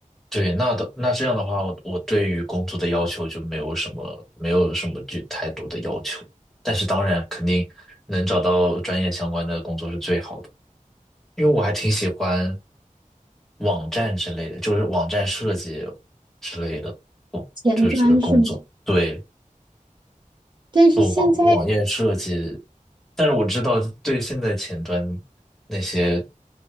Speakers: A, in the centre; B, on the right (about 35°).
A: 对，那的那这样的话，我我对于工作的要求就没有什么没有什么就太多的要求，但是当然肯定能找到专业相关的工作是最好的，因为我还挺喜欢网站之类的，就是网站设计之类的，
B: 前端是吗？
A: 就是工作。对，
B: 但是现在
A: 做网网页设计，但是我知道对现在前端那些